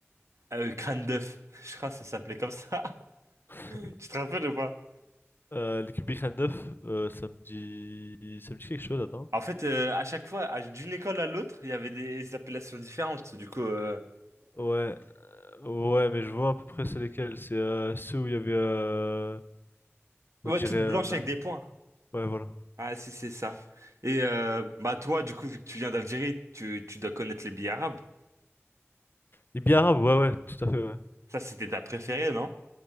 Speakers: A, on the right; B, on the left.
A: euh, crâne d'œuf. <laughs> Je crois que ça s'appelait comme ça. <laughs>
B: <laughs>
A: Tu te rappelles ou pas?
B: Euh, l'équipe Big 9 euh, ça me dit... ça me dit quelque chose, attends.
A: En fait, euh, à chaque fois, à- d'une école à l'autre, il y avait des appellations différentes. Du coup, euh,
B: Ouais, ouais, mais je vois à peu près c'est lesquels. C'est euh, ceux où il y avait, euh, on
A: ouais,
B: dirait...
A: toutes
B: euh,
A: blanches avec des points.
B: Ouais, voilà.
A: Ah, si, c'est ça. Et euh, bah toi, du coup, vu que tu viens d'Algérie, tu, tu dois connaître les billes arabes.
B: Les billes arabes, ouais, ouais, tout à fait, ouais.
A: Ça, c'était ta préférée, non?